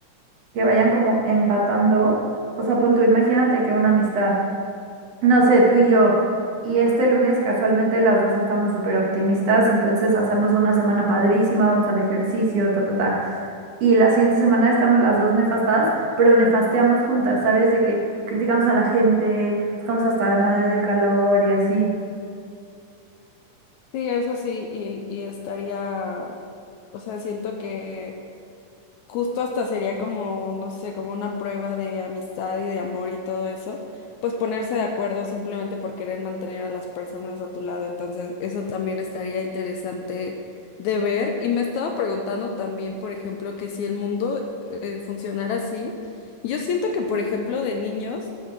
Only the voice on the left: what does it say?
Sí, eso sí, y, y estaría, o sea, siento que justo hasta sería como, no sé, como una prueba de amistad y de amor y todo eso, pues ponerse de acuerdo simplemente por querer mantener a las personas a tu lado. Entonces, eso también estaría interesante de ver. Y me estaba preguntando también, por ejemplo, que si el mundo eh, funcionara así, yo siento que, por ejemplo, de niños,